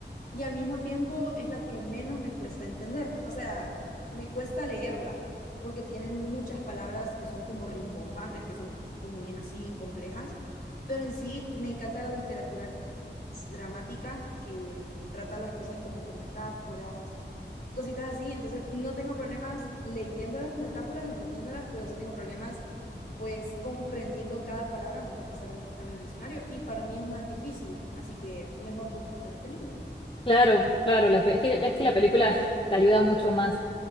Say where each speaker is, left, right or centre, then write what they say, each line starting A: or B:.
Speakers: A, on the left; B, on the left.
A: y al mismo tiempo es la que menos me cuesta entender. O sea, me cuesta leerla porque tienen muchas palabras que son como rimbombantes, que son como bien así, bien complejas, pero en sí me encanta la literatura dramáticas que tratan las cosas como con metáforas, cositas así. Entonces, no tengo problemas leyendo las metáforas, entendiéndolas, pero sí tengo problemas pues comprendiendo cada palabra, me toca estar buscando en el diccionario y para mí es más difícil, así que mejor busco la película.
B: Claro, claro, la pe- es que, es que la película <laughs> te ayuda mucho más.